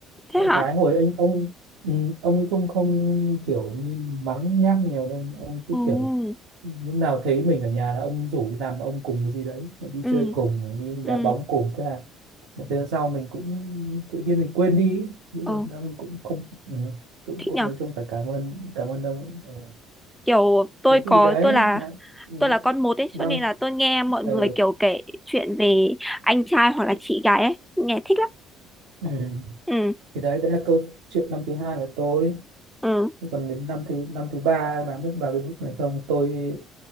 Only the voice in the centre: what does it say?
thế
hả
ừ
ừ
ừ
ừ
thích
nhở
kiểu tôi
có
tôi là
tôi là con một ấy
cho nên là tôi nghe mọi người
kiểu kể chuyện về anh trai hoặc là chị gái ấy nghe thích lắm
ừ
ừ